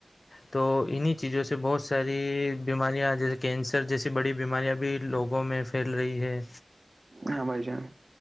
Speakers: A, on the left (about 60°); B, on the right (about 55°).
A: تو انیں چیزوں سے بہت ساری بیماریاں آ جا کینسر جیسی بڑی بیماریاں بھی لوگوں میں پھیل رہی ہے
B: ہاں بھائی جان